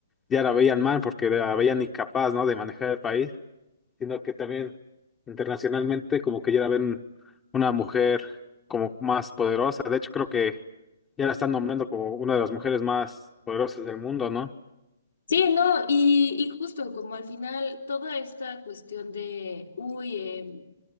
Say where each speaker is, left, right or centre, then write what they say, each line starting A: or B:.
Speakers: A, on the left; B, on the left.
A: ya la veían mal porque la veían incapaz, ¿no? de manejar el país sino que también internacionalmente como que ya la ven una mujer como más poderosa. De hecho, creo que ya la están nombrando como una de las mujeres más poderosas del mundo, ¿no?
B: Sí, no, y, y justo como al final toda esta cuestión de, uy, eh,